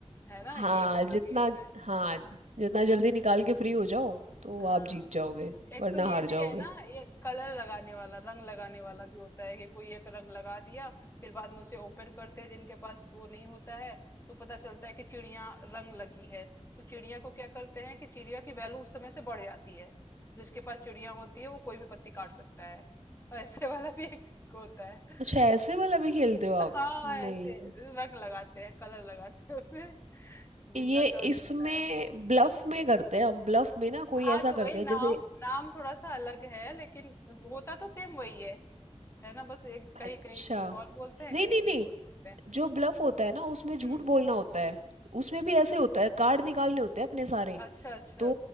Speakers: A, on the left; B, on the right.
A: है ना
B: हाँ
A: ये वाला
B: जितना
A: गेम है
B: हाँ जितना जल्दी निकाल के फ्री हो जाओ तो
A: हाँ
B: आप जीत जाओगे
A: एक
B: वरना
A: तो ये
B: हार
A: भी
B: जाओगे
A: है ना ये कलर लगाने वाला रंग लगाने वाला भी होता है कि कोई एक रंग लगा दिया फिर बाद में उसे ओपन करते हैं जिनके पास वो नहीं होता है तो पता चलता है कि चिड़िया रंग लगी है तो चिड़िया को क्या करते हैं कि चिड़िया की वैल्यू उस समय से बढ़ जाती है जिसके पास चिड़िया होती है वो कोई भी पत्ती काट सकता है <laughs> और ऐसे वाला भी एक होता है
B: अच्छा ऐसे वाला भी खेलते हो आप
A: हाँ,
B: नहीं
A: ऐसे रंग लगाते हैं, कलर लगाते हैं उसे जिनका
B: ये
A: टर्न
B: इसमें
A: होता है।
B: ब्लफ में करते हैं हम ब्लफ में ना कोई
A: हाँ,
B: ऐसा
A: तो
B: करते
A: वही
B: हैं
A: नाम
B: जैसे
A: नाम थोड़ा-सा अलग है लेकिन होता तो सेम वही है, है ना? बस एक कहीं-कहीं
B: अच्छा
A: कुछ और बोलते हैं,
B: नहीं
A: कहीं
B: नहीं
A: कुछ
B: नहीं
A: और बोलते हैं।
B: जो ब्लफ
A: हुँ,
B: होता है ना उसमें झूठ
A: हुँ।
B: बोलना होता है उसमें भी ऐसे होता है कार्ड निकालने होते हैं अपने सारे
A: अच्छा, अच्छा।
B: तो